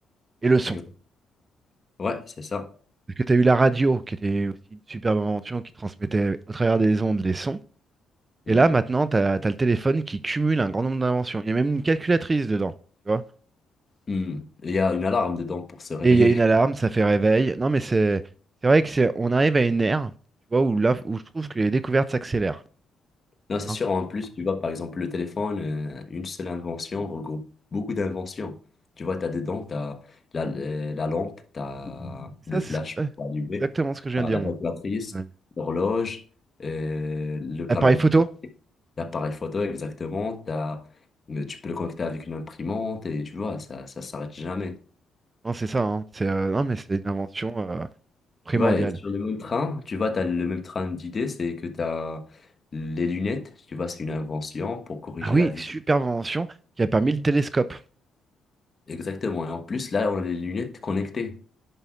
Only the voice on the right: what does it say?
et le son.
Parce que t'as eu la radio, qui était aussi une superbe invention, qui transmettait au travers des ondes les sons.
Et là, maintenant, t'as, t'as le téléphone qui cumule un grand nombre d'inventions. Il y a même une calculatrice dedans, tu vois.
Et il y a une alarme, ça fait réveil. Non, mais c'est c'est vrai que c'est on arrive à une ère, tu vois, où là, où je trouve que les découvertes s'accélèrent.
hein.
Ça,
c'est ce que- ouais,
exactement ce que je
viens de dire,
moi.
Ouais.
Appareil photo?
Non, c'est ça, hein. C'est, euh, non, mais c'est une invention euh, primordiale.
Ah oui,
superbe invention qui a permis le télescope.